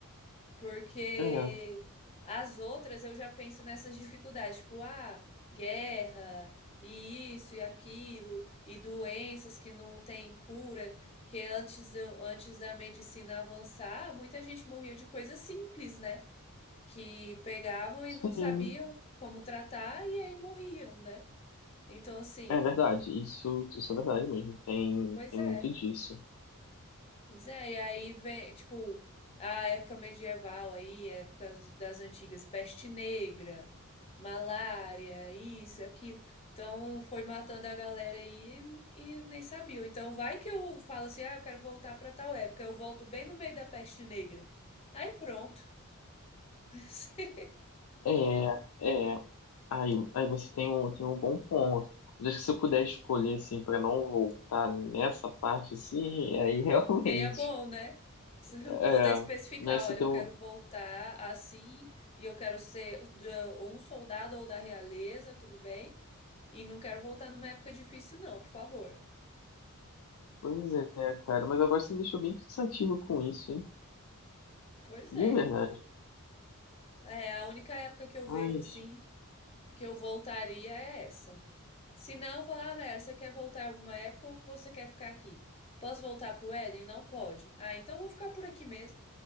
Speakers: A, on the left; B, on the left.
A: Porque
B: É,
A: as outras eu já penso nessas dificuldades, tipo, ah, guerra, e isso e aquilo, e doenças que não têm cura, que antes, do- antes da medicina avançar, muita gente morria de coisas simples, né? Que pegavam
B: sim,
A: e não sabiam como tratar e aí morriam, né? Então, assim,
B: é verdade. Isso, isso é verdade mesmo. Tem,
A: pois
B: tem
A: é.
B: muito disso.
A: Pois é, e aí vem, tipo, a época medieval aí, épocas das antigas, peste negra, malária, isso, aquilo. Então, foi matando a galera aí e nem sabia. Então, vai que eu falo assim, ah, eu quero voltar pra tal época. Eu volto bem no meio da peste negra. Aí, pronto. <laughs>
B: É, é. Aí, aí você tem um, tem um bom ponto. Mas acho que se eu puder escolher, assim, pra não voltar nessa parte, assim, aí <laughs> realmente.
A: Seria bom, né? Se <laughs> eu
B: É,
A: Poder especificar,
B: né, você
A: olha,
B: tem
A: eu quero
B: um.
A: voltar assim e eu quero ser da- ou um soldado ou da realeza, tudo bem? E não quero voltar numa época difícil, não, por favor.
B: Pois é, cara. Mas agora você me deixou bem pensativo com isso, hein?
A: Pois é.
B: E é verdade.
A: É, a única época que eu
B: Mas,
A: vejo assim que eu voltaria é essa. Se não, falar, ah, Nayara, você quer voltar em alguma época ou você quer ficar aqui? Posso voltar pro Éden? Não pode. Ah, então eu vou ficar por aqui mesmo.